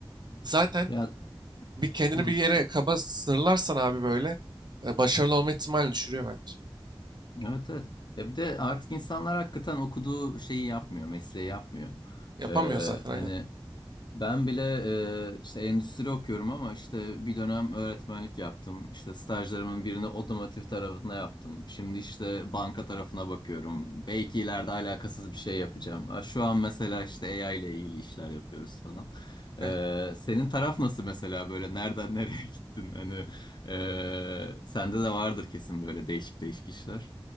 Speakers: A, on the right; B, on the left.
A: Zaten
B: ya
A: bir kendini
B: hı hı.
A: bir yere kaba sınırlarsan abi böyle e, başarılı olma ihtimalini düşürüyor bence.
B: Evet evet. Ya bir de artık insanlar hakikaten okuduğu şeyi yapmıyor, mesleği yapmıyor.
A: Yapamıyor
B: Ee,
A: zaten
B: hani
A: aynen.
B: Ben bile e, işte endüstri okuyorum ama işte bir dönem öğretmenlik yaptım. İşte stajlarımın birini otomotiv tarafına yaptım. Şimdi işte banka tarafına bakıyorum. Belki ileride alakasız bir şey yapacağım. Ha, Şu an mesela işte AI ile ilgili işler yapıyoruz falan. E,
A: Evet.
B: senin taraf nasıl mesela böyle nereden nereye <laughs> gittin? Hani e, sende de vardır kesin böyle değişik değişik işler.